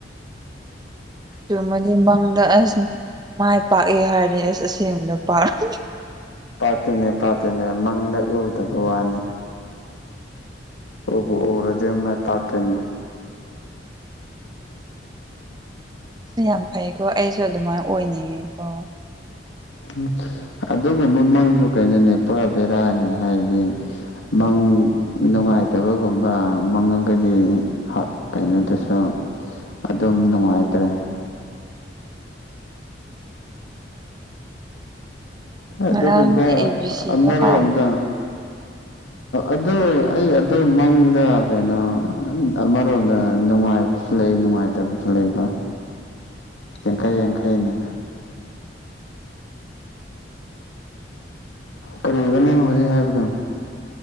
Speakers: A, on the right; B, on the left.
A: ꯃꯗꯤꯪ꯭ꯂꯥꯁ ꯃꯥꯏ ꯄꯥꯛꯑꯦ ꯍꯥꯏꯔꯗꯤ ꯑꯁ ꯑꯁꯦꯡꯕꯗ ꯄꯥꯛ
B: ꯄꯥꯠꯇꯨꯅꯦ ꯄꯥꯠꯇꯨꯅꯦ ꯃꯪꯗ ꯎꯗꯕ ꯋꯥꯅꯤ ꯑꯣꯏꯔꯗ ꯃ ꯄꯥꯇꯅꯤ
A: <inaudible> ꯑꯁ ꯌꯥꯝ ꯐꯩꯀꯣ ꯑꯩꯁꯨ ꯑꯗꯨꯃꯥꯏꯅ ꯑꯣꯏꯅꯤꯡꯉꯤꯀꯣ
B: ꯎ ꯑꯗꯨꯒꯨꯝꯕ ꯃꯪꯁꯨ ꯀꯩꯅꯣꯅꯦ ꯄꯨꯔꯥ ꯕꯦꯔꯥꯅꯦ ꯍꯥꯏꯗꯤ ꯃꯪ ꯅꯨꯡꯉꯥꯏꯇꯕꯒꯨꯝꯕ ꯃꯪꯉꯒꯗꯤ ꯀꯩꯅꯣꯗꯁꯨ ꯑꯗꯨꯝ ꯅꯨꯡꯉꯥꯏꯇ꯭ꯔꯦ ꯑꯗꯨꯒꯨꯝꯕ
A: ꯉꯔꯥꯡꯒꯤ ꯑꯦ ꯕꯤ ꯁꯤꯗꯣ
B: ꯑꯃꯔꯣꯝꯗ
A: ꯍꯥꯎꯕ꯭ꯔꯣ
B: ꯑꯗꯨ ꯑꯩ ꯑꯗꯨ ꯃꯪꯗ ꯀꯩꯅꯣ ꯑꯃꯔꯣꯝꯗ ꯅꯨꯡꯉꯥꯏ ꯅꯨꯡꯉꯥꯏꯕꯁꯨ ꯂꯩ ꯅꯨꯡꯉꯥꯏꯇꯕꯁꯨ ꯂꯩꯀꯣ
A: <inaudible>
B: ꯌꯥꯡꯈꯩ ꯌꯥꯡꯈꯩꯅꯤ ꯀꯔꯤꯕꯅ ꯍꯧꯖꯤꯩ ꯍꯥꯏꯕꯗ